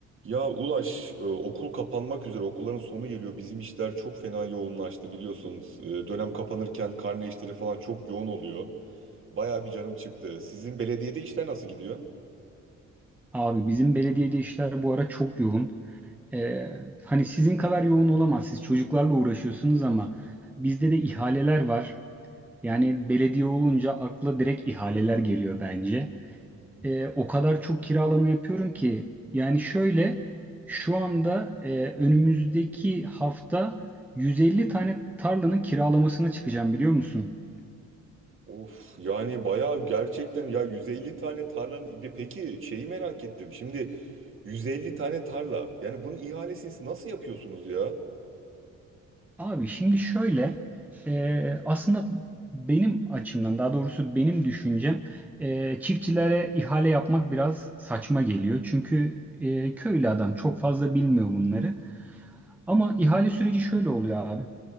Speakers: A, on the right (about 45°); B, in the centre.
A: Ya Ulaş, e, okul kapanmak üzere, okulların sonu geliyor. Bizim işler çok fena yoğunlaştı biliyorsunuz. E, dönem kapanırken karne işleri falan çok yoğun oluyor. Bayağı bir canım çıktı. Sizin belediyede işler nasıl gidiyor?
B: Abi bizim belediyede işler bu ara çok yoğun. Ee, hani sizin kadar yoğun olamaz. Siz çocuklarla uğraşıyorsunuz ama bizde de ihaleler var. Yani belediye olunca akla direkt ihaleler geliyor bence.
A: Hı hı.
B: Ee, o kadar çok kiralama yapıyorum ki. Yani şöyle şu anda e, önümüzdeki hafta 150 tane tarlanın kiralamasına çıkacağım biliyor musun?
A: Of yani bayağı gerçekten ya 150 tane tarlanın bir- peki şeyi merak ettim. Şimdi 150 tane tarla. Yani bunun ihalesini nasıl yapıyorsunuz ya?
B: Abi şimdi şöyle e, aslında benim açımdan daha doğrusu benim düşüncem e, çiftçilere ihale yapmak biraz saçma geliyor. Çünkü e, köylü adam çok fazla bilmiyor bunları. Ama ihale süreci şöyle oluyor abi.